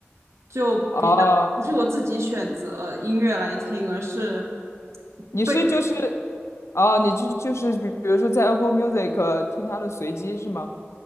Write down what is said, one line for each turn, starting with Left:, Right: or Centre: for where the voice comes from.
Right: 就比较不是我自己选择音乐来听，
Left: 哦，
Right: 而是
Left: 你是就是，
Right: 背，
Left: 哦，你就就是比比如说在 Apple Music 呃听它的随机是吗？